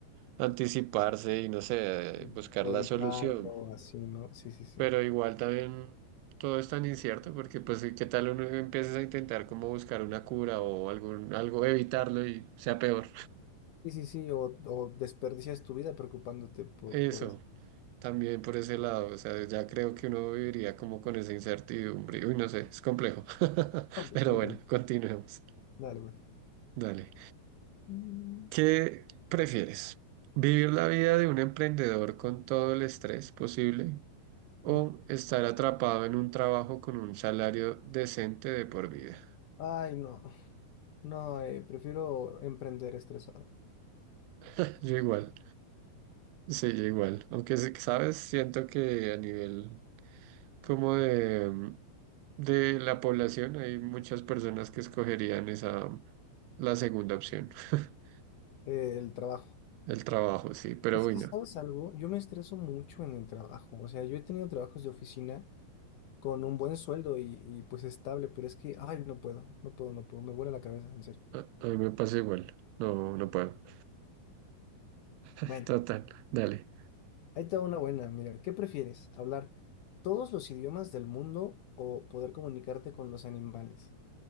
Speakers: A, on the right; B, on the left.
A: anticiparse y no sé,
B: Mm.
A: buscar
B: Puedo
A: la
B: evitarlo,
A: solución.
B: así, ¿no? Sí, sí, sí.
A: Pero igual también todo es tan incierto porque pues qué tal uno empieza a intentar como buscar una cura o algún, algo, evitarlo y sea peor.
B: Sí, sí, sí. O, o desperdicias tu vida preocupándote
A: <laughs>
B: por,
A: Eso.
B: por eso.
A: también por ese lado, o sea, ya creo que uno viviría como con esa incertidumbre. Uy, no sé, es complejo. <laughs>
B: Ok,
A: Pero
B: muy
A: bueno,
B: complicado.
A: continuemos.
B: Dale, pues.
A: Dale.
B: Mm.
A: ¿Qué prefieres? ¿Vivir la vida de un emprendedor con todo el estrés posible o
B: Uf.
A: estar atrapado en un trabajo con un salario decente de por vida?
B: Ay, no. No, eh, prefiero emprender estresado.
A: <laughs> Yo igual. Sí, yo igual. Aunque, sí- ¿sabes? Siento que a nivel como de, mm, de la población hay muchas personas que escogerían esa, la segunda opción, <laughs>
B: Eh, el trabajo.
A: el trabajo, sí, pero
B: Es
A: bueno,
B: que, ¿sabes algo? Yo me estreso mucho en el trabajo. O sea, yo he tenido trabajos de oficina con un buen sueldo y, y, pues estable, pero es que, ay, no puedo, no puedo, no puedo. Me vuela la cabeza, en serio.
A: a, a mí me pasa igual. No, no puedo. <laughs>
B: Bueno,
A: Total, dale.
B: ahí te va una buena. Mira, ¿qué prefieres? ¿Hablar todos los idiomas del mundo o poder comunicarte con los animales?